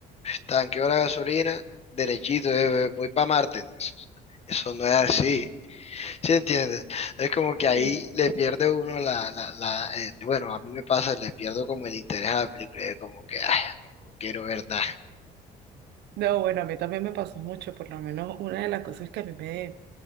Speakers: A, on the left (about 40°); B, on the right (about 80°).
A: tanqueo la gasolina, derechito, eh, eh, voy para Marte? No, eso, eso no es así, ¿sí entiendes? Es como que
B: Sí.
A: ahí le pierde uno la, la, la eh, bueno, a mí me pasa, le pierdo como el interés a la película, eh, como que, ay, no no quiero ver nada.
B: No, bueno, a mí también me pasó mucho, por lo menos una de las cosas que a mí me,